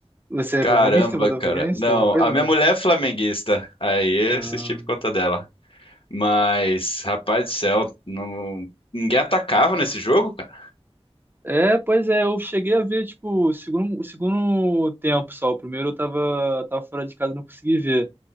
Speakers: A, on the right (about 20°); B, on the left (about 55°).
A: Você é
B: Caramba,
A: flamenguista, botafoguense,
B: cara. Não,
A: alguma coisa,
B: a minha
A: não?
B: mulher é flamenguista. Aí
A: Ah,
B: eu assisti por conta dela. Mas, rapaz do céu, não- ninguém atacava nesse jogo, cara.
A: É, pois é, eu cheguei a ver, tipo, o segundo, o segundo tempo só. O primeiro eu tava, tava fora de casa, não consegui ver.